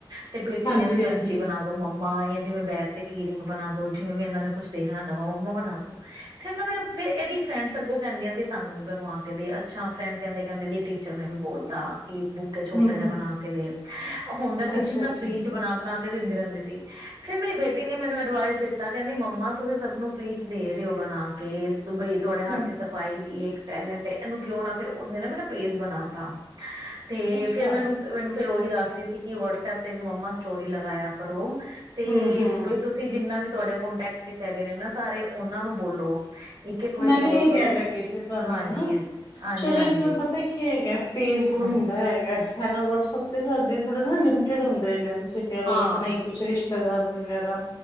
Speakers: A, on the right; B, on the left.
A: ਤੇ ਬੇਟੀ
B: ਹਾਂਜੀ
A: ਨੇ ਸਕਰੰਚੀ
B: ਹਾਂਜੀ
A: ਬਣਾ ਦੋ ਮੰਮਾ ਯਾ ਜਿਵੇਂ ਬੈਗ ਤੇ ਕੀ ਰਿੰਗ ਬਣਾ ਦੋ ਜਿਵੇਂ ਮ ਇਹਨਾਂ ਨੇ ਕੁੱਛ ਦੇਖਣਾ ਨਵਾਂ ਮੰਮਾ ਬਣਾ ਦੋ ਫੇਰ ਨਾ ਮੇਰਾ ਫ਼ਿਰ ਇਹਦੀ ਫਰੈਂਡਸ ਅੱਗੋਂ ਕਹਿੰਦੀਆਂ ਸੀ ਸਾਨੂੰ ਵੀ ਬਣਵਾ ਕੇ ਦੇ ਅੱਛਾ ਫਰੈਂਡ ਕਹਿੰਦੇ-ਕਹਿੰਦੇ ਏਹਦੀ ਟੀਚਰ ਨੇ ਵੀ ਬੋਲਤਾ ਕਿ ਬੁੱਕੇ ਛੋਟਾ
B: ਹਮ
A: ਜਿਹਾ
B: ਹਮ
A: ਬਣਾ ਕੇ ਦੇ, ਹੁੰਦਾ ਕੀ
B: ਅੱਛਾ
A: ਸੀ ਮੈਂ
B: ਅੱਛਾ
A: ਫ੍ਰਰੀ ਚ ਬਣਾ ਬਣਾ ਕੇ ਦਿੰਦੀ ਰਹਿੰਦੀ- ਸੀ ਫਿਰ ਮੇਰੀ ਬੇਟੀ ਨੇ ਮੈਨੂੰ ਅਡਵਾਈਸ ਦਿੱਤਾ ਕਹਿੰਦੀ ਮੰਮਾ ਤੁਸੀਂ ਸਭ ਨੂੰ ਫ੍ਰੀ ਚ ਦੇ ਰਹੇ ਹੋ ਬਣਾ ਕੇ ਤ ਬਈ ਤੁਹਾਡੇ ਹੱਥ
B: ਹਮ
A: ਦੀ ਸਫਾਈ ਇੱਕ ਟੈਲੈਂਟ ਏ ਇਹਨੂੰ ਕਿਉਂ ਨਾ ਫਿਰ ਉਹਨੇ ਨਾ ਮੇਰਾ ਪੇਜ ਬਣਾ ਤਾ ਤੇ
B: ਅੱਛਾ
A: ਫੇਰ ਮੈਨੂੰ, ਮੈਨੂੰ ਫੇਰ ਉਹੀ ਦੱਸ ਰਹੀ ਸੀ ਕਿ ਵਟਸਐਪ ਤੇ ਵੀ ਮੰਮਾ ਸਟੋਰੀ ਲਗਾਇਆ ਕਰੋ। ਤੇ
B: ਹੂੰ-ਹੂੰ,
A: ਬਈ ਤੁਸੀਂ ਜਿੰਨਾ ਵੀ ਤੁਹਾਡੇ ਕੋਂਟੈਕਟ ਚ ਹੈਗੇ ਨੇ ਨਾ ਸਾਰੇ ਉਹਨਾਂ ਨੂੰ ਬੋਲੋ ਇੱਕ ਇੱਕ ਵਾਰੀ
B: ਮੈਂ
A: ਕੋਲ
B: ਵੀ ਇਹੀ
A: ਕਰੋ
B: ਕਹਿਣ ਲੱਗੀ ਸੀ। ਤੁਹਾਨੂੰ
A: ਹਾਂਜੀ
B: ਨਾ
A: ਹਾਂਜੀ ਹਾਂਜੀ
B: ਚਲੋ
A: ਹਾਂਜੀ
B: ਇੱਕ ਵਾਰ ਪਤਾ ਕੀ ਹੈਗਾ ਤੇਜ਼ ਹੁੰਦਾ
A: ਹਾਂ
B: ਹੈਗਾ ਹੇਨਾ ਵੱਟਸਐਪ ਤੇ ਸਾਡੇ ਥੋੜਾ ਨਾ ਲਿਮਿਟਿਡ ਹੁੰਦੇ ਨੇਂ ਤੁਸੀਂ ਕਹਿ ਲਓ
A: ਹਾਂ
B: ਆਪਣੇ ਕੁਛ ਰਿਸ਼ਤ ਰਿਸ਼ਤੇਦਾਰ ਵਗੈਰਾ